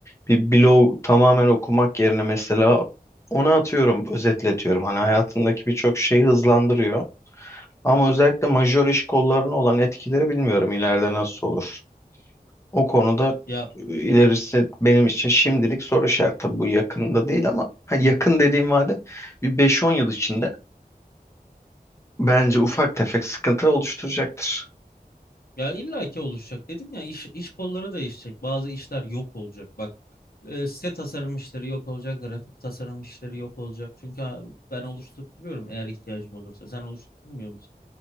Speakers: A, on the left (about 15°); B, on the left (about 70°).
A: bir blog tamamen okumak yerine mesela ona atıyorum, özetletiyorum. Hani hayatındaki birçok şeyi hızlandırıyor. Ama özellikle majör iş kollarına olan etkileri bilmiyorum ileride nasıl olur. O konuda
B: ya
A: e, ilerisi benim için şimdilik soru işareti. Tabii bu yakında değil ama ha, yakın dediğim vade bir 5-10 yıl içinde bence ufak tefek sıkıntı oluşturacaktır.
B: ya illaki oluşacak dedim ya iş iş kolları değişecek. Bazı işler yok olacak. Bak E, site tasarım işleri yok olacak, grafik tasarım işleri yok olacak. Çünkü ha, ben oluşturtuyorum eğer ihtiyacım olursa. Sen oluşturmuyor musun?